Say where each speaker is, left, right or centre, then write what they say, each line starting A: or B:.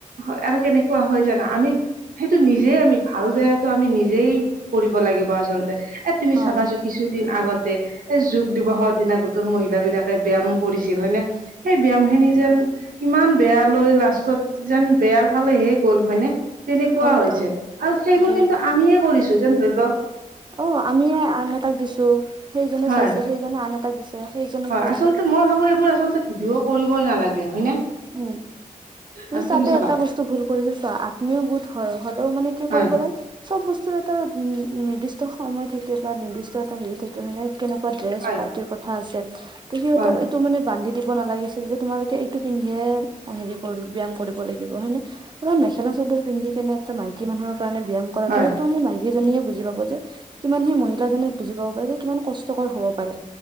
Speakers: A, on the right; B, on the right.
A: হয়ঁ আৰু কেনেকুৱা হয়ঁ জানা আমি- সেইটো নিজেই আমি ভাল, বেয়াটো আমি নিজেই কৰিব লাগিব আচলতে। এ', তুমি
B: হয়।
A: চাবাচো কিছুদিন আগতে এ, যোগ দিৱসৰ দিনা গোটৰ মহিলা বিলাকে ব্যায়াম কৰিছিল হয়নে! সেই ব্যায়ামখিনি যেন ইমান বেয়ালৈ লাষ্ট ত যেন বেয়াৰ ফালে হে গ'ল হয়নে? তেনেকুৱা
B: হয়
A: হৈছে
B: হয়
A: আৰু সেইবোৰ
B: যে
A: কিন্তু আমিয়ে কৰিছোঁ যেন ধৰি লওক-
B: অঁ আমি আন এটাক দিছো সেইজনে
A: হয়
B: চাইছে, সেইজনে আন এটাক দিছে, সেইজনে
A: হয়
B: কৈ
A: আচলতে মই ভাবো এইবোৰ আচলতে ভিডিঅ' কৰিবই নালাগে হয়নে?
B: উম।
A: আৰু
B: তাতে
A: তুমি চাবা
B: এটা বস্তু ভুল কৰিছো চা আত্মীয় গোট হয়, হলেওঁ মানে কি
A: হয়
B: কৰিবলে চব বস্তুৰ এটা নিৰ্দিষ্ট সময় থাকে বা নিৰ্দিষ্ট এটা হেৰি থাকে হয়নে? কেনেকুৱা ড্ৰেছ
A: হয়
B: পাতিৰ কথা আছে। তে সিহঁতক
A: হয়
B: এইটো মানে বান্ধি দিব নালাগিছিল যে তোমালোকে এইটো পিন্ধিয়ে হেৰি কৰিব ব্যায়াম কৰিব লাগিব হয় নে? পুৰা মেখেলা-চাদৰ পিন্ধি কেনে এটা মাইকী মানুহৰ কাৰণে ব্যায়াম কৰাটো,
A: হয়
B: সেইটোহে মাইকি- সেইজনীয়ে বুজি পাব যে কিমান, সেই মহিলাজনিয়ে বুজি পাব পাৰে যে কিমান কষ্টকৰ হ'ব পাৰে।